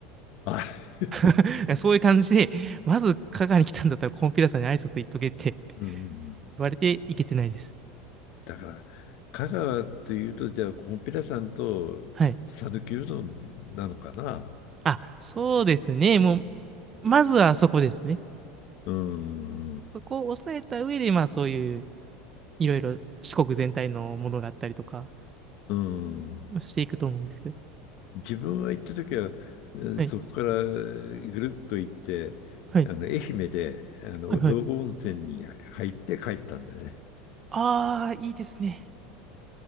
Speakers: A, on the left; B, on the right.
A: あ、<laughs>
B: だからそういう感じで、まず香川に来たんだったらコンピラさんに挨拶行っとけって
A: うん。
B: 言われて行けてないです。
A: だから、香川というと、じゃあ、コンピラさんと讃岐うどんなのかな。
B: はい。あ、そうですね。もう、まずはそこですね。
A: うん。
B: そこを抑えた上で、まあそういう、いろいろ四国全体のものがあったりとか、
A: うん。
B: していくと思うんですけど。
A: 自分は行った時は、えーそこからぐるっと行って、
B: はい。はい
A: あの愛媛であの道後温泉に入って帰ったんだよね。
B: はいはい。ああ、いいですね。